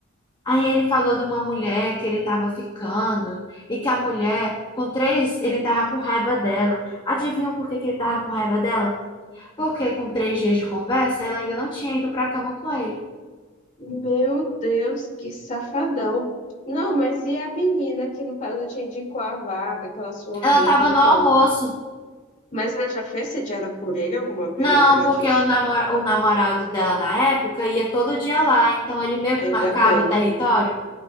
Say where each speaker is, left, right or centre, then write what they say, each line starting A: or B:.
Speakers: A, on the left (about 20°); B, on the left (about 40°).
A: Aí ele falou de uma mulher que ele tava ficando e que a mulher, com três, ele tava com raiva dela. Adivinham por que que ele tava com raiva dela? porque com três dias de conversa, ela ainda não tinha ido pra cama com ele.
B: meu Deus, que safadão. Não, mas e a menina que, no caso, te indicou a vaga, aquela sua
A: Ela
B: amiga
A: tava
B: e
A: no
B: tal?
A: almoço.
B: Mas ela já foi sediada por ele alguma vez?
A: Não,
B: Ela
A: porque
B: disse?
A: o, namora- o namorado dela na época ia todo dia lá, então ele meio
B: Ainda
A: que marcava
B: bem.
A: o território.